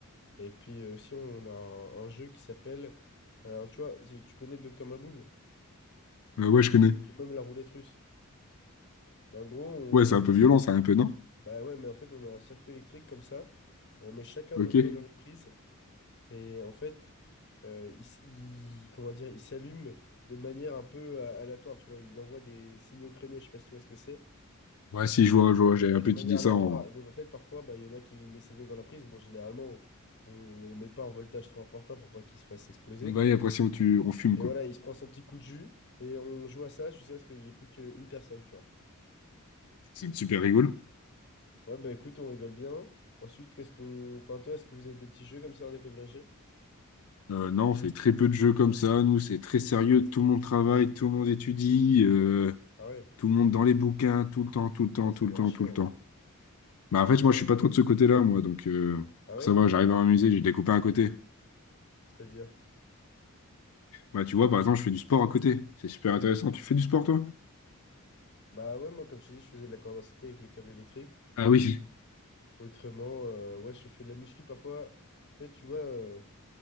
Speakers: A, on the left; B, on the left.
A: Et puis, euh, aussi, on a un, un jeu qui s'appelle, euh, tu vois, c'est- tu connais le Docteur Maboul,
B: Euh, ouais, je connais.
A: ou même la roulette russe. Ben, en gros, on...
B: Ouais, c'est un peu violent, ça, un peu, non?
A: Bah ouais, mais en fait, on a un circuit électrique comme ça. On met chacun
B: Ok.
A: nos doigts dans les prises. Et en fait, euh, il, s- il- comment dire, il s'allume de manière un peu a- aléatoire, tu vois. Il envoie des signaux créneaux, je sais pas si tu vois ce que c'est,
B: Ouais, si, je vois, je vois, j'ai
A: mais tu
B: un
A: vois,
B: peu
A: de manière
B: idée
A: aléatoire.
B: ça en.
A: Et donc, en fait, parfois, bah, il y en a qui mettent ses doigts dans la prise. Bon, généralement, on, on met pas un voltage trop important pour pas qu'il se fasse exploser.
B: Ouais, après, si on, tu... on fume,
A: Et
B: quoi.
A: voilà, il se prend son petit coup de jus et on joue à ça jusqu'à ce qu'il y ait plus qu'une personne, tu vois.
B: C'est super rigolo.
A: Ouais, bah écoute, on rigole bien. Ensuite, qu'est-ce qu'on... Enfin, toi, est-ce que vous avez des petits jeux comme ça en école d'ingé?
B: Euh, non, on fait très peu de jeux comme ça. Nous, c'est très sérieux. Tout le monde travaille, tout le monde étudie, euh,
A: Ah ouais?
B: tout le monde dans les bouquins, tout le temps, tout le temps,
A: Ah, ça
B: tout
A: a
B: le
A: l'air
B: temps,
A: chiant.
B: tout le temps.
A: hein.
B: Bah, en fait, moi, je suis pas trop de ce côté-là, moi. Donc, euh,
A: Ah oui?
B: ça va, j'arrive à m'amuser. J'ai des copains à côté.
A: C'est-à-dire?
B: Bah, tu vois, par exemple, je fais du sport à côté. C'est super intéressant. Tu fais du sport, toi?
A: Bah ouais, moi, comme je t'ai dit, je faisais de la corde à sauter avec les câbles électriques.
B: Ah oui.
A: Autrement, euh, ouais, je fais de la muscu parfois. En fait, tu vois, euh,